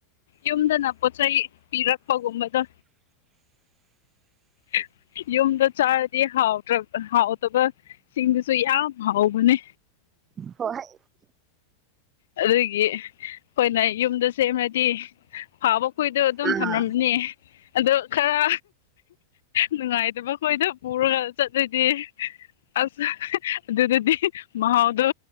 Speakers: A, on the left (about 60°); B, on the right (about 25°).
A: ꯌꯨꯝꯗꯅ ꯄꯣꯠ ꯆꯩꯩ ꯄꯤꯔꯛꯄꯒꯨꯝꯕꯗꯣ <unintelligible> ꯌꯨꯝꯗ ꯆꯥꯔꯗꯤ ꯍꯥꯎ꯭ꯔ ꯍꯥꯎꯗꯕ ꯁꯤꯡꯗꯨꯁꯨ ꯌꯥꯝ ꯍꯥꯎꯕꯅꯦ
B: ꯍ ꯍꯥꯏ
A: ꯑꯗꯨꯗꯒꯤ ꯑꯩꯈꯣꯏꯅ ꯌꯨꯝꯗ ꯁꯦꯝꯃꯗꯤ ꯐꯥꯕ ꯍꯨꯏꯗꯣ ꯑꯗꯨꯝ
B: ꯑꯥ
A: ꯊꯝꯂꯝꯝꯅꯤ ꯑꯗꯣ ꯈꯔ ꯅꯨꯡꯉꯥꯏꯇꯕ ꯈꯣꯏꯗ ꯄꯨꯔꯒ ꯆꯠꯂꯗꯤ ꯑꯁ ꯑꯗꯨꯗꯗꯤ ꯃꯍꯥꯎꯗꯣ